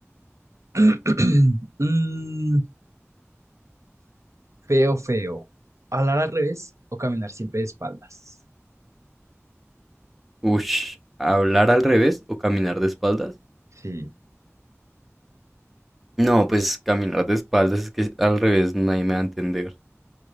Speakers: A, on the right; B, in the centre.
A: <clears throat> Mm, feo, feo. ¿Hablar al revés o caminar siempre de espaldas?
B: ush, ¿hablar al revés o caminar de espaldas?
A: Sí.
B: No, pues caminar de espaldas es que al revés nadie me va a entender.